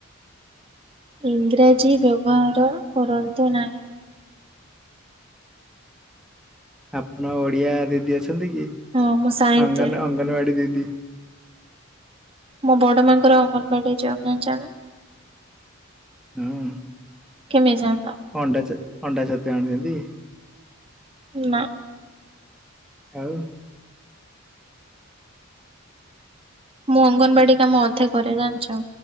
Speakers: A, on the right; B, in the centre.
A: ଇଂଗ୍ରାଜୀ ବ୍ୟବହାର କରନ୍ତୁ ନାହିଁ?
B: ଆପଣ ଓଡିଆ ଦିଦି ଅଛନ୍ତି କି
A: ହଁ ମୁଁ ସାହିତ୍ୟରେ
B: ଅଙ୍ଗନ ଅଙ୍ଗନବାଡି ଦିଦି।
A: ମୋ ବଡ ମାଙ୍କର ଅଙ୍ଗନବାଡିଆଛି। <unintelligible>
B: ହଁଅଁ <inaudible>
A: କେମିତି ଜାଣିଲ?
B: ଅଣ୍ଡା ଚା ଅଣ୍ଡା ଛତୁଆ ଆଣୁଛନ୍ତି?
A: ନାଁ।
B: ଆଉ।
A: ମୁଁ ଅଙ୍ଗନବାଡି କାମ ଅଧେ କରେ ଜାଣିଛ